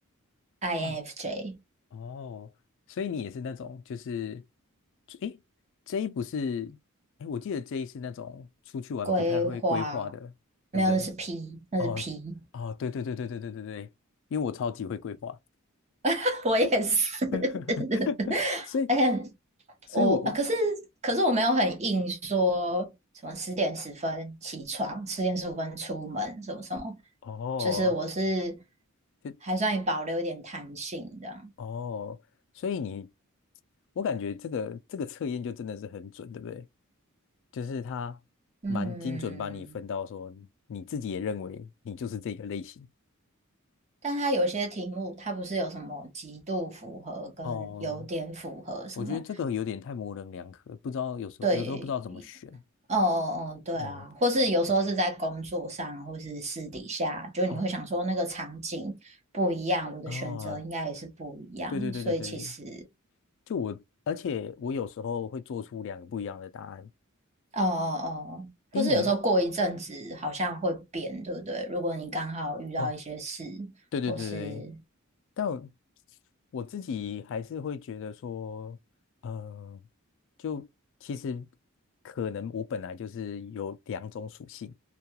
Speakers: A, on the right; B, on the left.
A: INFJ
B: 哇哦，所以你也是那种就是诶，J 不是诶，我记得 J 是那种出去玩不太会规划的，
A: 规划，
B: 对不对？
A: 没有，那是 P，那是
B: 哦哦，
A: P。
B: 对对对对对对对对，因为我超级会规划，
A: <laughs> 我也是，<laughs>
B: <laughs> 所以
A: 而且
B: 所以我
A: 我，啊可是可是我没有很硬说什么十点十分起床，十点十五分出门，什么什么，
B: 哦
A: 就是我是
B: 就
A: 还算保留一点弹性这样。
B: 哦，所以你我感觉这个这个测验就真的是很准，对不对？就是他蛮精准把你分到说你自己也认为你就是这个类型。
A: 嗯，但它有些题目，它不是有什么极度符合跟有点符合什么？
B: 哦，我觉得这个有点太模棱两可，不知道有时候有时候不知道怎么选。
A: 对，哦哦，对啊，
B: 嗯
A: 或是有时候是在工作上，或是私底下，就你会想说那个场景不一样，
B: 啊
A: 我的选择应该也是不一样，
B: 啊，对对对对对，
A: 所以其实，
B: 就我，而且我有时候会做出两个不一样的答案。
A: 哦哦哦，
B: 诶，
A: 或是有时候过一阵子好像会变，
B: 你
A: 对不对？如果你刚好遇到一些事，
B: 哦，对对对对，
A: 或是
B: 但我我自己还是会觉得说，呃，就其实可能我本来就是有两种属性，